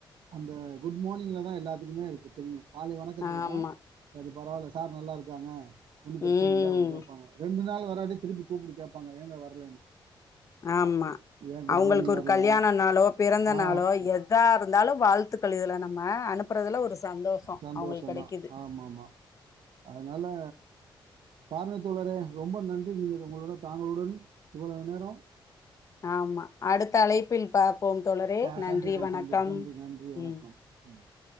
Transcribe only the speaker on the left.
ஆமா
ம்
ஆமா
அவுங்களுக்கு
ஒரு
கல்யாண நாளோ பிறந்த
நாளோ எதாருந்தாலு வாழ்த்துக்கள் இதுல நம்ம அனுப்புறதுல ஒரு சந்தோஷோ
அவங்களுக்கு கெடைக்குது
ஆமா அடுத்த அழைப்பில் பாப்போம் தோழரே
நன்றி
வணக்கம்
ம்